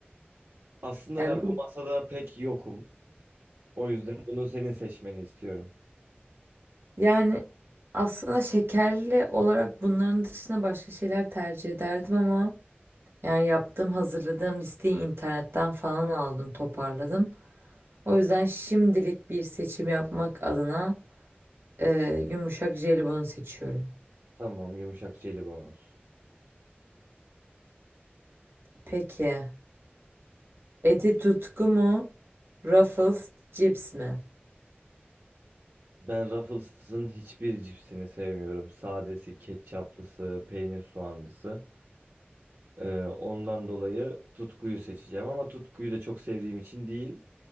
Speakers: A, on the right; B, on the right.
A: Aslında
B: Yani,
A: ben bu masada pek yokum. O yüzden bunu senin seçmeni istiyorum.
B: yani aslında şekerli olarak bunların dışında başka şeyler tercih ederdim ama yani yaptığım hazırladığım listeyi internetten falan aldım toparladım. O yüzden şimdilik bir seçim yapmak adına e, yumuşak jelibonu seçiyorum.
A: Tamam, yumuşak jelibon olsun.
B: Peki Eti Tutku mu Ruffles cips mi?
A: Ben Ruffles'ın hiçbir cipsini sevmiyorum. Sadesi, ketçaplısı, peynir soğanlısı. Ee, ondan dolayı Tutku'yu seçeceğim ama Tutku'yu da çok sevdiğim için değil,